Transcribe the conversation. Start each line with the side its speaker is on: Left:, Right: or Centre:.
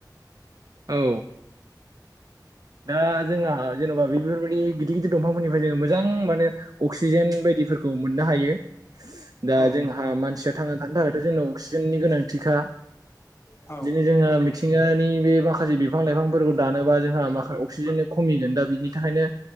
Right: औ दा जोंहा जेन'बा बेफोरबायदि गिदिर गिदिर दंफांफोरनिफ्राय जोङो मोजां माने अक्सिजेन बायदिफोरखौ मोननो हायो दा
Left: खोनादों औ
Right: जोंहा
Left: नोंथां
Right: मानसिया थांनानै थानो थाखायथ' जोंनाव अक्सिजेननि गोनांथिखा
Left: औ
Right: जोङो मिथिंगानि बे माखासे बिफां लाइफांफोरखौ दानोबा जोंहा माखासे अक्सिजेननि खमिगोन दा बिनि थाखायनो